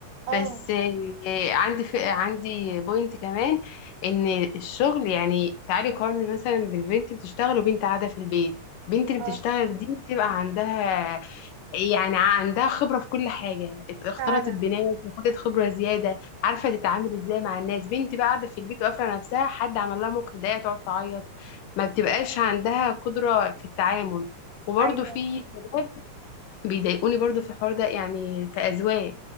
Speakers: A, on the right; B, on the left.
A: اه
B: بس آه، عندي ف... عندي بوينت كمان ان الشغل يعني تعالي قارني مثلا بالبنت بتشتغل وبنت قاعده في البيت البنت اللي
A: اه
B: بتشتغل دي بتبقى عندها يعني عندها خبرة في كل حاجة ات- اختلطت
A: فعلا
B: بناس وخدت خبرة زيادة عارفة تتعامل ازاي مع الناس بنتي بقى قاعدة في البيت وقافلة نفسها حد عمل لها موقف ضيق تقعد تعيط ما بتبقاش عندها قدرة في التعامل وبرضه
A: ايوه
B: في شباب بيضايقوني برضه في الحوار ده يعني كأزواج